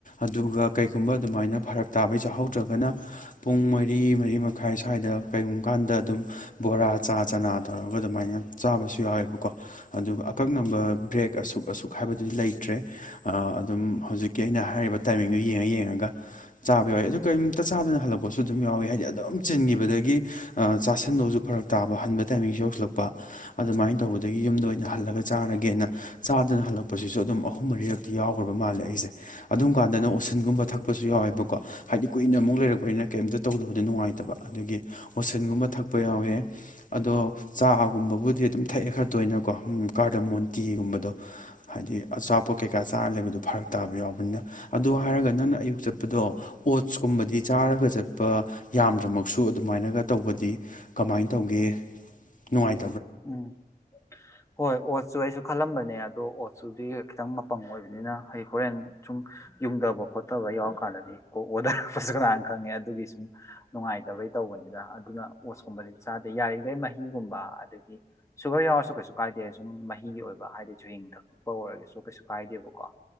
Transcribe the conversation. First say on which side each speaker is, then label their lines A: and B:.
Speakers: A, on the left; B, on the left.
A: ꯑꯗꯨꯒ ꯀꯩꯒꯨꯝꯕ ꯑꯗꯨꯃꯥꯏꯅ ꯐꯔꯛ ꯇꯥꯕꯩ ꯆꯎꯋ ꯍꯧꯗ꯭ꯔꯒꯅ ꯄꯨꯡ ꯃꯔꯤ ꯃꯔꯤ ꯃꯈꯥꯏ ꯁ꯭ꯋꯥꯏꯗ ꯀꯩꯒꯨꯝꯕ ꯀꯥꯟꯗ ꯑꯗꯨꯝ ꯕꯣꯔꯥ ꯆꯥ ꯆꯅꯥ ꯇꯧꯔꯒ ꯑꯗꯨꯃꯥꯏꯅ ꯆꯥꯕꯁꯨ ꯌꯥꯎꯋꯦꯕꯀꯣ ꯑꯗꯨꯒ ꯑꯀꯛꯅꯕ ꯕ꯭ꯔꯦꯛ ꯑꯁꯨꯛ ꯑꯁꯨꯛ ꯍꯥꯏꯕꯗꯨꯗꯤ ꯂꯩꯇ꯭ꯔꯦ ꯑꯗꯨꯝ ꯍꯧꯖꯤꯛꯀꯤ ꯑꯩꯅ ꯍꯥꯏꯔꯤꯕ ꯇꯥꯏꯃꯤꯡꯗꯨꯣ ꯌꯦꯡꯉ ꯌꯦꯡꯉꯒ ꯆꯥꯕ ꯌꯥꯎꯋꯤ ꯑꯗꯨ ꯀꯔꯤꯝꯇ ꯆꯥꯗꯅ ꯍꯜꯂꯛꯄ ꯄꯣꯠꯁꯨ ꯑꯗꯨꯝ ꯌꯥꯎꯋꯤ ꯍꯥꯏꯗꯤ ꯑꯗꯨꯝ ꯆꯤꯟꯈꯤꯕꯗꯒꯤ ꯆꯥꯁꯟꯗꯧꯁꯨ ꯐꯔꯛ ꯇꯥꯕ ꯍꯟꯕ ꯇꯥꯏꯃꯤꯡꯁꯨ ꯌꯧꯁꯤꯜꯂꯛꯄ ꯑꯗꯨꯃꯥꯏꯅ ꯇꯧꯕꯗꯒꯤ ꯌꯨꯝꯗ ꯑꯣꯏꯅ ꯍꯜꯂ ꯆꯔꯒꯦ ꯆꯥ ꯍꯂꯛꯄꯁꯤꯁꯨ ꯑꯗꯨꯝ ꯑꯍꯨꯝ ꯃꯔꯤꯗꯤ ꯌꯥꯎꯈ꯭ꯔꯕ ꯃꯥꯜꯂꯦ ꯑꯩꯁꯦ ꯑꯗꯨꯝ ꯀꯥꯟꯗꯅ
B: ꯎꯝ
A: ꯑꯣꯁꯤꯟꯒꯨꯝꯕ ꯊꯛꯄꯁꯨ ꯌꯥꯎꯋꯦꯕꯀꯣ ꯍꯥꯏꯗꯤ ꯀꯨꯏꯅ ꯑꯃꯨꯛ ꯂꯩꯔꯛꯄ ꯑꯗꯨꯥꯏꯅ ꯀꯩꯝꯇ ꯇꯧꯗꯕꯗ ꯅꯨꯡꯉꯥꯏꯇꯕ ꯑꯗꯒꯤ ꯍꯣꯁꯟꯒꯨꯝꯕ ꯊꯛꯄ ꯌꯥꯎꯋꯦ ꯑꯗꯣ ꯆꯥꯒꯨꯝꯕꯕꯨꯗꯤ ꯑꯗꯨꯝ ꯊꯛꯑꯦ ꯈꯔ ꯇꯣꯏꯅꯀꯣ ꯀꯥꯔꯗꯃꯣꯟ ꯇꯤꯒꯨꯝꯕꯗꯣ ꯍꯥꯏꯗꯤ ꯑꯆꯥꯄꯣꯠ ꯀꯩꯀꯥ ꯆꯥꯔ ꯂꯩꯕꯗꯣ ꯐꯔꯛ ꯇꯥꯕ ꯌꯥꯎꯕꯅꯤꯅ ꯑꯗꯨ ꯍꯥꯏꯔꯒꯗꯤ ꯅꯪꯅ ꯑꯌꯨꯛ ꯆꯠꯄꯗꯣ ꯑꯣꯠꯁꯀꯨꯝꯕꯗꯤ ꯆꯥꯔꯒ ꯆꯠꯄ ꯌꯥꯝꯗ꯭ꯔꯃꯛꯁꯨ ꯑꯗꯨꯃꯥꯏꯅꯒ ꯇꯧꯕꯗꯤ ꯀꯃꯥꯏꯅ ꯇꯧꯒꯦ ꯅꯨꯡꯉꯥꯏ
B: ꯎꯝ ꯍꯣꯏ ꯑꯣꯁꯨꯁꯨ ꯈꯜꯂꯝꯕꯅꯦ ꯑꯗꯣ ꯑꯣꯠꯁꯇꯨꯗꯤ ꯈꯤꯇꯪ ꯃꯄꯪ ꯑꯣꯏꯕꯅꯤꯅ ꯑꯩ ꯍꯣꯔꯦꯟ ꯁꯨꯝ ꯌꯨꯡꯗꯕ ꯈꯣꯠꯇꯕ ꯌꯥꯎꯔꯀꯥꯟꯗꯗꯤ ꯀꯣ ꯑꯣꯗꯔꯛꯄꯁꯨ ꯀꯅꯥꯅ ꯈꯪꯉꯦ ꯑꯗꯨꯒꯤ ꯁꯨꯝ ꯅꯨꯡꯉꯥꯏꯇꯕꯩ ꯇꯧꯕꯅꯤꯗ ꯑꯗꯨꯅ ꯑꯣꯠꯁꯀꯨꯝꯕꯗꯤ ꯆꯥꯗꯦ ꯌꯥꯔꯤꯈꯩ ꯃꯍꯤꯒꯨꯝꯕ ꯑꯗꯒꯤ ꯁꯨꯒꯔ ꯌꯥꯎꯔꯁꯨ ꯀꯩꯁꯨ ꯀꯥꯏꯗꯦ ꯁꯨꯝ ꯃꯍꯤ ꯑꯣꯏꯕ ꯍꯥꯏꯗꯤꯁꯨ ꯍꯤꯡꯊ ꯀꯄ ꯑꯣꯏꯔꯒꯁꯨ ꯀꯩꯁꯨ ꯀꯥꯏꯗꯦꯕꯀꯣ